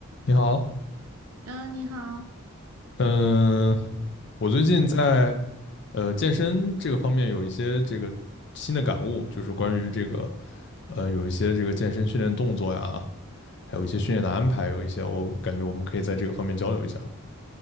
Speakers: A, on the left; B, on the right.
A: 你好，
B: 嗯，你好，
A: 嗯，我最近在呃健身这个方面有一些这个新的感悟，就是关于这个呃有一些这个健身训练动作呀，还有一些训练的安排，有一些我感觉我们可以在这个方面交流一下。